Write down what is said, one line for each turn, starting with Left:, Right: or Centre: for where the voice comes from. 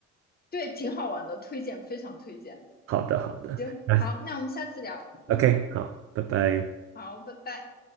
Left: 对，挺好玩的，推荐，非常推荐。
Right: 好的，好的，
Left: 行，
Right: 那
Left: 好，那我们下次聊。
Right: OK，
Left: 嗯。
Right: 好，拜拜。
Left: 好，拜拜。